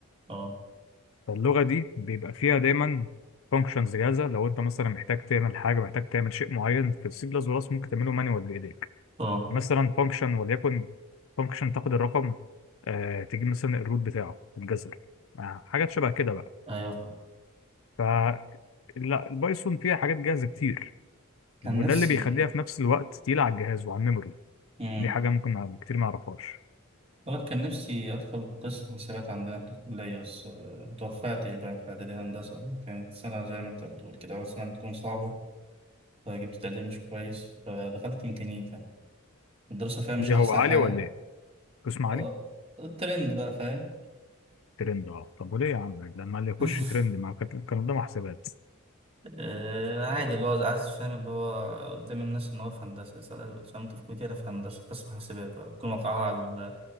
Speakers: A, on the right; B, on the left.
A: اه
B: فاللغه دي بيبقى فيها دايما فانكشنز جاهزه لو انت مثلا محتاج تعمل حاجه محتاج تعمل شيء معين في السي بلس بلس ممكن تعمله مانوال بايديك
A: اه
B: مثلا فانكشن وليكن فانكشن تاخد الرقم آه تجيب مثلا الروت بتاعه تتجذر آه حاجات شبه كده بقى
A: ايوه فاهم
B: فلا البايثون فيها حاجات جاهزه كتير
A: كان
B: وده
A: نفسي
B: اللي بيخليها في نفس الوقت تقيله على الجهاز وعلى الميموري
A: مم.
B: دي حاجه ممكن كتير ما يعرفهاش
A: والله كان نفسي أدخل قسم حسابات عندنا في الكلية بس آه، متوفقتش بقى في إعدادي هندسة كانت سنة زي ما أنت بتقول كده أول سنة بتكون صعبة فجبت تقدير مش كويس فدخلت ميكانيكا الدراسة فيها مش
B: ليه
A: أحسن
B: هو عالي
A: حاجة
B: ولا ايه قسم عالي
A: آه، الترند بقى فاهم
B: ترند اه طب وليه يا عم لما اللي يخش
A: <laughs>
B: ترند ما كان كان قدامه حسابات
A: آه، عادي اللي هو عايز فاهم اللي هو قدام الناس إن هو في هندسة يسأل يسأل أنت في كلية إيه؟ أنا في هندسة قسم حسابات يكون وقعها على